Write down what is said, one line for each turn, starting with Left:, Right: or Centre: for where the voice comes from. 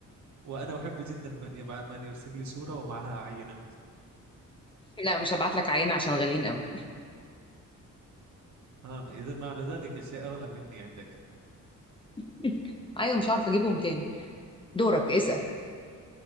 Right: وأنا أحب جدا من يبع... من يرسل لي صورة ومعها عينة
Left: <laughs> لا مش هبعت لك عينة عشان غاليين قوي
Right: ها إذا معنى ذلك الشيء أغلى مني عندك
Left: <laughs> ايوه مش عارفة اجيبهم تاني دورك اسأل